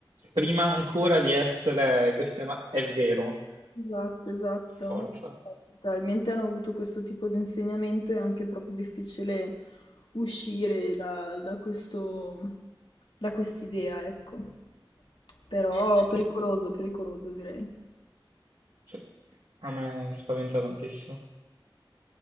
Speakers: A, on the right; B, on the left.
A: prima ancora di essere questionato, è vero,
B: Esatto, esatto.
A: forza.
B: no? Probabilmente hanno avuto questo tipo di insegnamento e è anche proprio difficile uscire da, da questo, da quest'idea, ecco. Però
A: Sì,
B: pericoloso, pericoloso direi.
A: sì. A me spaventa tantissimo.